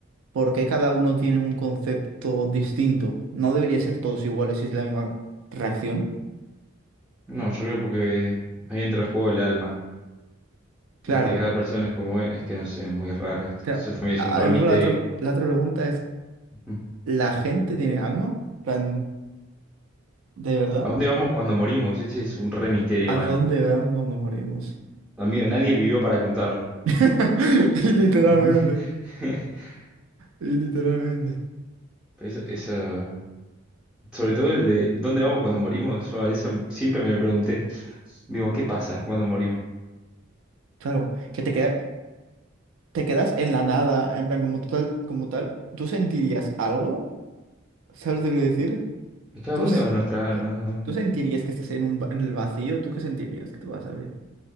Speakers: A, on the right; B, in the centre.
A: ¿Por qué cada uno tiene un concepto distinto? ¿No debería ser todos iguales si es la misma reacción?
B: No, yo creo porque ahí entra el juego del alma.
A: Claro.
B: de Que cada persona es como es, es que no sé, es muy raro. esto-
A: Claro.
B: Eso también es
A: Ah,
B: un re
A: y luego
B: misterio.
A: la otra, la otra pregunta es,
B: Ujú.
A: ¿la gente tiene alma? En plan, ¿De verdad?
B: ¿A dónde vamos cuando morimos? Ese es un re misterio
A: ¿A
B: mal.
A: dónde vamos cuando morimos?
B: Amigo, nadie vivió para contarlo.
A: <laughs> Y literalmente,
B: <laughs>
A: y literalmente.
B: Pero Eso, eso, sobre todo el de ¿dónde vamos cuando morimos? Yo a eso siempre me lo pregunté. Digo, ¿qué pasa cuando morimos?
A: Claro, que te queda- te quedas en la nada, en plan, como tal, como tal, ¿tú sentirías algo? ¿Sabes lo que quiero decir?
B: Es que ¿a
A: ¿Tú,
B: dónde
A: s-
B: va nuestra alma?
A: tú- ¿Tú sentirías que estás en, un, va- en el vacío? ¿Tú qué sentirías? ¿Qué tú vas a ver?